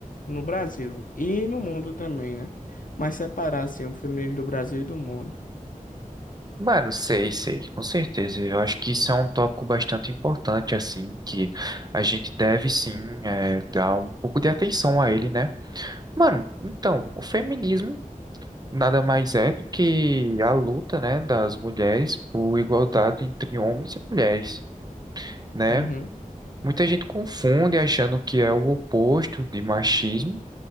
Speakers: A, on the left; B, on the right.
A: no Brasil e no mundo também, né? Mas separar, assim, o feminismo do Brasil e do mundo.
B: Mano, sei, sei, com certeza. Eu acho que isso é um tópico bastante importante, assim, que a gente deve sim, é, dar um pouco de atenção a ele, né? Mano, então, o feminismo nada mais é do que a luta, né, das mulheres por igualdade entre homens e mulheres. né?
A: Uhum.
B: Muita gente confunde achando que é o oposto de machismo,